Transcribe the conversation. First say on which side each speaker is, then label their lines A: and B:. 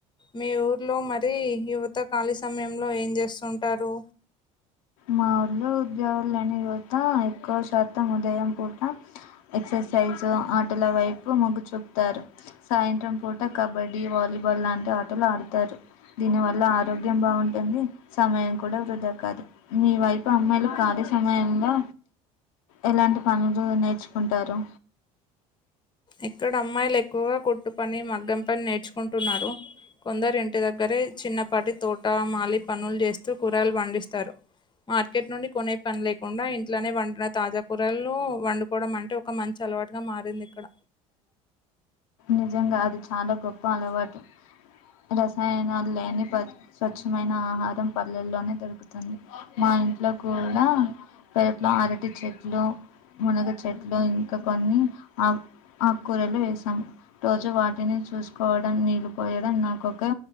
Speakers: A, on the left; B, on the left.
A: మీ ఊర్లో మరి యువత ఖాళీ సమయంలో ఏం చేస్తుంటారు
B: మా ఊళ్లో ఉద్యోగం లేని యువత ఎక్కువ శాతం ఉదయం పూట ఎక్ సైజ్ ఆటల వైపు మొగ్గు చూపుతారు, సాయంత్రం పూట కబడ్డీ వాలీబాల్ లాంటి ఆటలు ఆడుతారు దీని వల్ల ఆరోగ్యం బాగుంటుంది, సమయం కూడా వృధా కాదు, మీ వైపు అమ్మాయిలు ఖాళీ సమయంలో ఎలాంటి పనులు నేర్చుకుంటారు,
A: ఎక్కడ అమ్మాయిలు ఎక్కువగా కుట్టు పని మగ్గం పని నేర్చుకుంటున్నారు. కొందరు ఇంటి దగ్గరే చిన్నపాటి తోట మాలి పనులు చేస్తూ కూరగాయలు పండిస్తారు. మార్కెట్ నుండి కొనే పని లేకుండా ఇంట్లోనే పండిన తాజా కూరలు వండుకోవడం అంటే ఒక మంచ అలవాటుగా మారింది ఇక్కడ
B: నిజంగా అది చాలా గొప్ప అలవాటు రసాయనాలు లేని స్వచ్ఛమైన ఆహారం పల్లెల్లోనే దొరుకుతుంది మా మా ఇంట్లో కూడా పెరట్లో అరటి చెట్లు మునగ చెట్లు ఇంకా కొన్ని ఆ ఆకూరలు వేసామ్ రోజు వాటిని చూసుకోవడం నీళ్లుపోయడం నాకొక